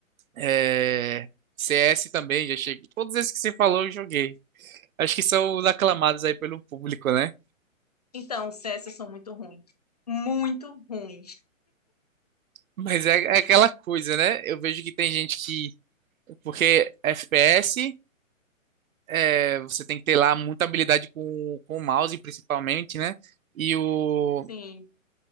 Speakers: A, on the right; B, on the left.
A: é, CS também, já cheguei. Todos esses que você falou, eu joguei. Acho que são os aclamados aí pelo público, né?
B: Então, o CS eu sou muito ruim. Muito ruim.
A: Mas é, é aquela coisa, né? Eu vejo que tem gente que. Porque FPS, é, você tem que ter lá muita habilidade com, com o mouse, principalmente, né? E o,
B: Sim.